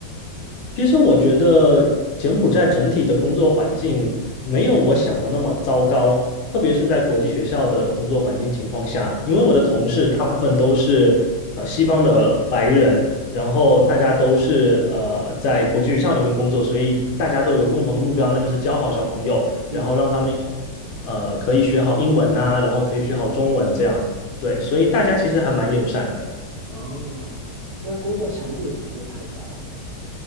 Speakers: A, on the left; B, on the right.
A: 其实我觉得柬埔寨整体的工作环境没有我想的那么糟糕，特别是在国际学校的工作环境情况下，因为我的同事大部分都是呃西方的白人，然后大家都是呃在国际学校里面工作，所以大家都有共同的目标，那就是教好小朋友，
B: 嗯，
A: 然后让他们有呃可以学好英文呐、然后可以学好中文这样，对，所以大家其实还蛮友善的。
B: 哦，那工作强度也不会太大吧？